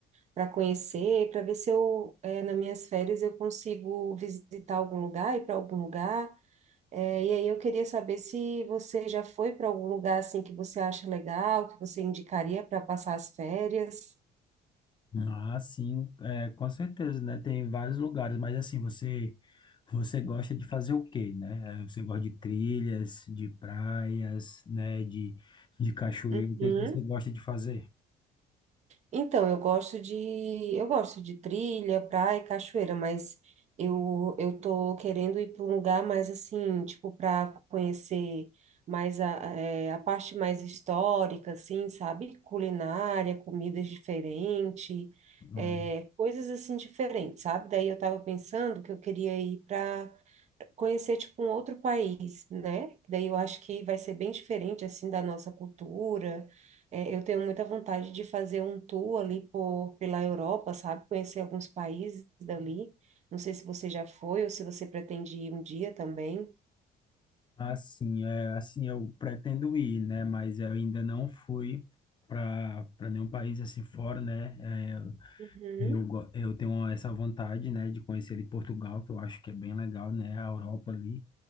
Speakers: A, on the right (about 45°); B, on the left (about 30°).
A: para conhecer, para ver se eu, eh, nas minhas férias, eu consigo visitar algum lugar, ir para algum lugar. Eh, e aí eu queria saber se você já foi para algum lugar assim que você acha legal, que você indicaria para passar as férias.
B: Ah, sim, é, com certeza, né? Tem vários lugares, mas assim, você você gosta de fazer o quê, né? Eh, Você gosta de trilhas, de praias, né? De, de cachoeira,
A: Uhum.
B: o que que você gosta de fazer?
A: Então, eu gosto de eu gosto de trilha, praia e cachoeira, mas eu eu tô querendo ir para um lugar mais assim, tipo para conhecer mais a, é, a parte mais histórica, assim, sabe? Culinária, comidas diferentes,
B: Hum.
A: é, coisas assim diferentes, sabe? Daí eu tava pensando que eu queria ir para conhecer tipo um outro país, né? Daí eu acho que vai ser bem diferente assim da nossa cultura. É, eu tenho muita vontade de fazer um tour ali por, pela Europa, sabe? Conhecer alguns países dali. Não sei se você já foi ou se você pretende ir um dia também.
B: Assim, é, assim, eu pretendo ir, né? Mas eu ainda não fui para para nenhum país assim fora, né? Eh,
A: Uhum,
B: eu, go- eu tenho essa vontade, né, de conhecer ali Portugal, que eu acho que é bem legal, né? A Europa ali.